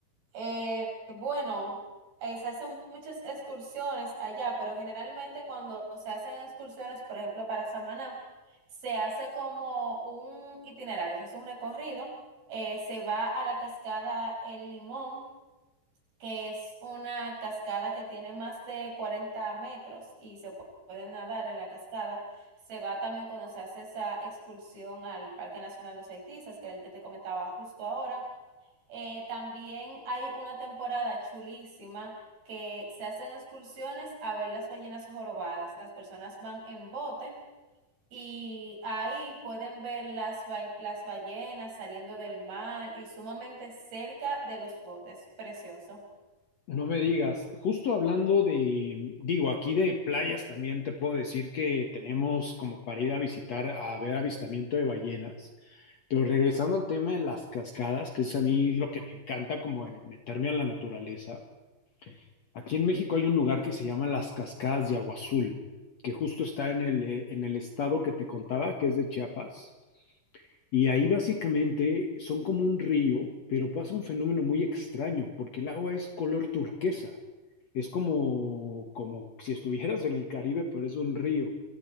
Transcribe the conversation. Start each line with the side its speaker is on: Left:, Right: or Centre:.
Right: Eh, bueno, eh, se hacen muchas excursiones allá, pero generalmente cuando se hacen excursiones, por ejemplo, para Samaná, se hace como un itinerario, se hace un recorrido, eh, se va a la cascada El Limón, que es una cascada que tiene más de 40 metros y se pu- puede nadar en la cascada. Se va también cuando se hace esa excursión al Parque Nacional Los Haitisas, que era el que te comentaba justo ahora. Eh, también hay una temporada chulísima que se hacen excursiones a ver las ballenas jorobadas. Las personas van en bote y ahí pueden ver las, ba- las ballenas saliendo del mar y sumamente cerca de los botes. Precioso.
Left: No me digas, justo hablando de, digo, aquí de playas también te puedo decir que tenemos como para ir a visitar, a ver avistamiento de ballenas, pero regresando al tema de las cascadas, que es a mí lo que me encanta como de meterme a la naturaleza, aquí en México hay un lugar que se llama las Cascadas de Agua Azul, que justo está en el, eh, en el estado que te contaba, que es de Chiapas. Y ahí básicamente son como un río, pero pasa un fenómeno muy extraño, porque el agua es color turquesa. Es como, como si estuvieras en el Caribe, pero es un río.